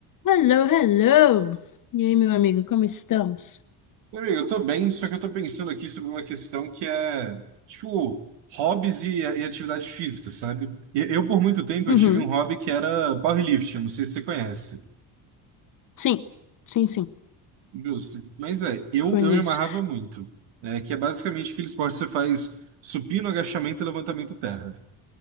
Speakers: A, on the left; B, on the right.
A: Hello, hello! E aí, meu amigo, como estamos?
B: Meu amigo, eu tô bem, só que eu tô pensando aqui sobre uma questão que é, tipo, hobbies e, e atividade física, sabe? E- Eu, por muito tempo,
A: Uhum.
B: eu tive um hobby que era powerlifting, não sei se você conhece.
A: Sim, sim, sim.
B: Justo. Mas é, eu,
A: Conheço.
B: eu me amarrava muito, né? Que é basicamente aquele esporte que você faz supino, agachamento e levantamento terra.